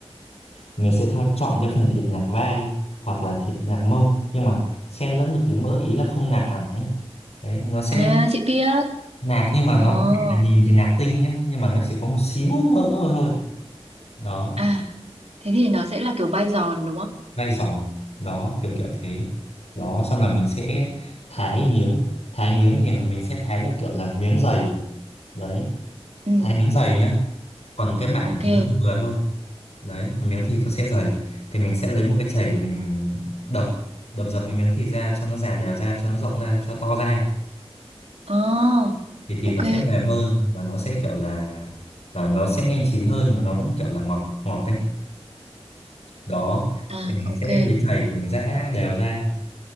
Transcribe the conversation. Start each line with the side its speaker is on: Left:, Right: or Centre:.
Left: Mình sẽ tho- chọn cái phần thịt nạc vai hoặc là thịt nạc mông nhưng mà xen lẫn một tí mỡ ý là không nạc hẳn ấy. Đấy, nó sẽ
Right: à chị biết
Left: nạc nhưng mà
Right: ồ
Left: nó cũng là nhìn thì nạc tinh nhá, nhưng mà nó chỉ có một xíu mỡ thôi thôi. Đó
Right: à thế thì nó sẽ là kiểu vai giòn đúng không
Left: gai giòn đó kiểu kiểu thế đó xong là mình sẽ thái miếng thái miếng thì là mình sẽ thái theo kiểu là miếng dày đấy
Right: ừ
Left: thái miếng dày nhá còn cái bản
Right: ok
Left: thì nó vừa vừa thôi đấy còn miếng thịt nó sẽ dày thì mình sẽ lấy một cái chày để mình đập đập dập cái miếng thịt ra cho nó dàn đều ra cho nó rộng ra cho nó to ra
Right: ờ
Left: thì thịt
Right: ok
Left: nó sẽ mềm hơn và nó sẽ kiểu là là nó sẽ nhanh chín hơn mà nó vẫn kiểu là ngọt ngọt ấy đó
Right: à
Left: thì mình
Right: ok
Left: sẽ lấy chày để mình giã đều ra